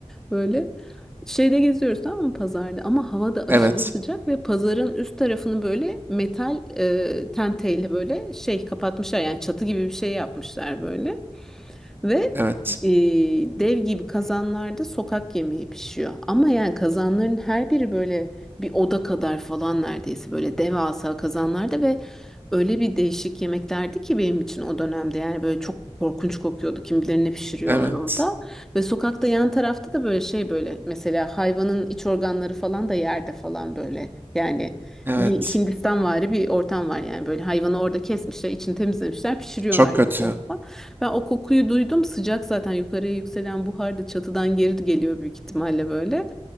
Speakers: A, in the centre; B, on the right.
A: Böyle şeyde geziyoruz tamam mı pazarda ama hava da aşırı
B: Evet.
A: sıcak ve pazarın üst tarafını böyle metal e, tenteyle böyle şey kapatmışlar yani çatı gibi bir şey yapmışlar böyle. Ve
B: Evet.
A: e, dev gibi kazanlarda sokak yemeği pişiyor. Ama yani kazanların her biri böyle bir oda kadar falan neredeyse böyle devasa kazanlarda ve öyle bir değişik yemeklerdi ki benim için o dönemde yani böyle çok korkunç kokuyordu. Kim bilir ne pişiriyorlar
B: Evet.
A: orada. Ve sokakta yan tarafta da böyle şey böyle mesela hayvanın iç organları falan da yerde falan böyle. Yani
B: Evet.
A: bir Hindistanvari bir ortam var yani böyle hayvanı orada kesmişler, içini temizlemişler, pişiriyorlar
B: Çok
A: yan
B: kötü.
A: tarafta. Ben o kokuyu duydum. Sıcak zaten yukarıya yükselen buhar da çatıdan geri geliyor büyük ihtimalle böyle.